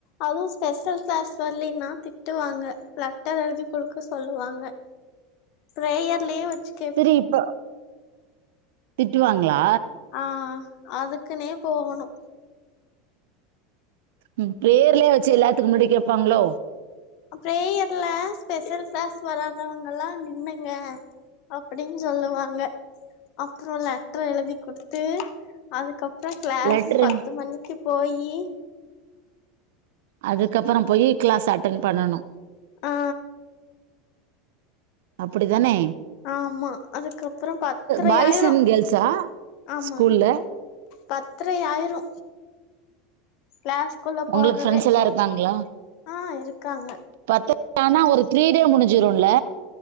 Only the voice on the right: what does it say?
சரி இப்ப திட்டுவாங்களா
ம் ப்ரேயர்லையே வச்சி எல்லாத்துக்கு முன்னாடி கேப்பாங்களோ
லெட்டர்
அதுக்கப்புறோ போயி கிளாஸ் அட்டன் பண்ணனு
அப்பிடிதானே
பாய்ஸ் அண்ட் கேர்ள்ஸா
ஸ்கூல்ல
உங்களுக்கு
ஃப்ரெண்ட்ஸ் எல்லா இருக்காங்களா
பத்து ஆனா ஒரு த்ரீ டே முடிஞ்சிருல்ல